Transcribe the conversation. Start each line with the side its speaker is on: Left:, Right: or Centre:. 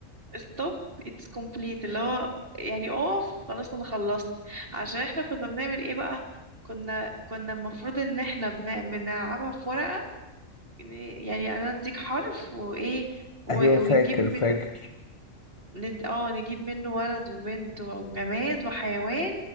Right: stop it's complete اللي هو يعني اقف خلاص انا خلصت عشان احنا كنا بنعمل ايه بقى كنا كنا المفروض ان احنا بن- بنلعبها في ورقة يعني يعني انا اديك حرف وايه و-
Left: ايوه
Right: ونجيب
Left: فاكر
Right: من
Left: فاكر
Right: ند- اه نجيب منه ولد وبنت وجماد وحيوان